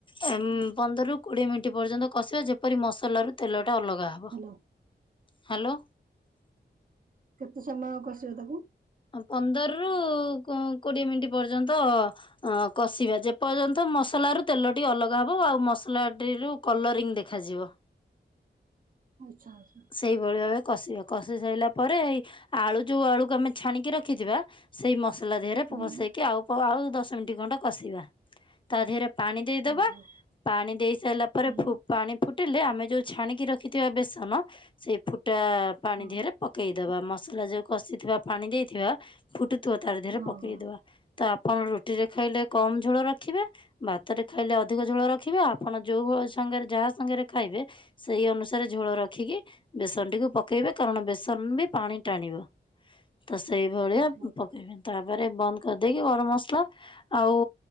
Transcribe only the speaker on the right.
hello
କେତେ ସମୟ କଷିବ ତାକୁ?
ଆଚ୍ଛା ଆଚ୍ଛା।
ହୁଁ
ଓହୋ
ହୁଁ
ହଁ
ହଁ
ହଁ
ଆଚ୍ଛା।